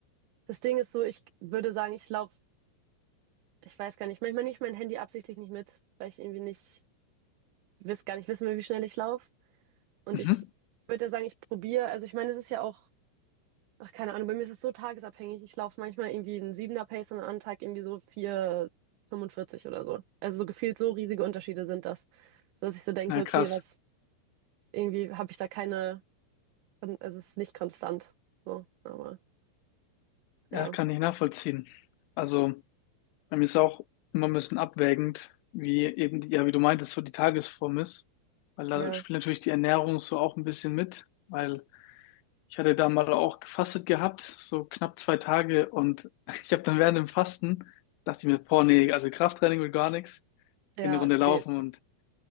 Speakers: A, on the right; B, on the left.
A: das Ding ist so, ich würde sagen, ich laufe, ich weiß gar nicht, manchmal nehme ich mein Handy absichtlich nicht mit, weil ich irgendwie nicht, wiss, gar nicht wissen will, wie schnell ich laufe. Und
B: Mhm.
A: ich würde ja sagen, ich probiere, also ich meine, es ist ja auch, ach, keine Ahnung, bei mir ist es so tagesabhängig, ich laufe manchmal irgendwie einen Siebener Pace und an einem Tag irgendwie so vier fünfundvierzig oder so. Also so gefühlt so riesige Unterschiede sind das, so dass ich so denke,
B: Na
A: so, okay,
B: krass.
A: was irgendwie habe ich da keine, es ist nicht konstant. So, aber
B: Ja,
A: ja,
B: kann ich nachvollziehen. Also, bei mir ist auch immer ein bisschen abwägend, wie eben, die- ja, wie du meintest, so die Tagesform ist. Weil da
A: ja,
B: spielt natürlich die Ernährung so auch ein bisschen mit. Weil ich hatte da mal auch gefastet gehabt, so knapp zwei Tage. Und <laughs> ich habe dann während dem Fasten, dachte ich mir, boah, nee, also Krafttraining will gar nichts. Ich
A: ja,
B: gehe eine Runde laufen
A: nee,
B: und